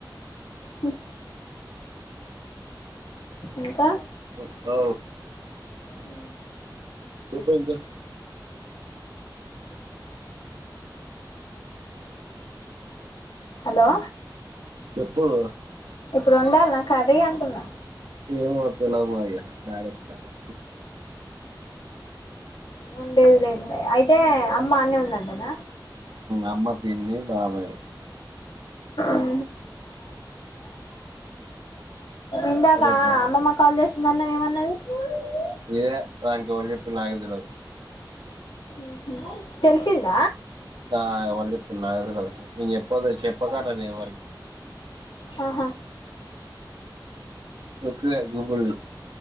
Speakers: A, on the left; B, on the right.
A: హ్ ఇంకా
B: కుత్త
A: అవు
B: ఎప్పుడు ఇంకా
A: హలో
B: <unintelligible>
A: ఇప్పుడు వొండాలన కర్రీ అంటున్నా
B: ఏ వతలా మాయ బడాడ వచ్చలాన్తాను
A: ఉండేది లేద అయితే అమ్మా అన్న ఉందంటనా
B: అమ్మ పిన్ని బాబాయ
A: ఆహ ఇందాక
B: రేపు
A: అమ్మమ్మ కాల్ చేస్తుందన్న ఏమన్నా <unintelligible>
B: ఇద నానికి ఒళ్ పిల్ ఆగ అల
A: ఊహు తల్లిసింధ
B: ఆ ఎవళు చేపీలు నాకు తేల్వదు నేను చేపలే చేపాక్ నేను ఎవరికి
A: ఆహా
B: ప్రతి గూపల్లి